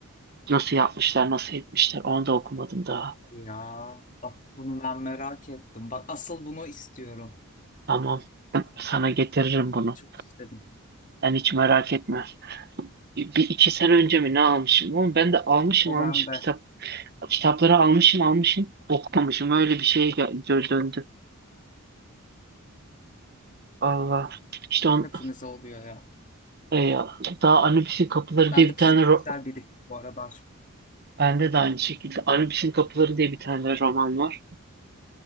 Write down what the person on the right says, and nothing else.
Nasıl yapmışlar nasıl etmişler onu da okumadım daha.
Tamam sana getiririm bunu.
Sen hiç merak etme. Bir iki sene önce mi ne almışım? Oğlum ben de almışım
almışım
kitap. Kitapları almışım almışım okumamışım. Öyle bir şeye gel- dö- döndü. Allah. İşte on,
e, daha Anubis'in Kapıları
diye bir
tane
ro-
bende de aynı şekilde Anubis'in Kapıları diye bir tane roman var.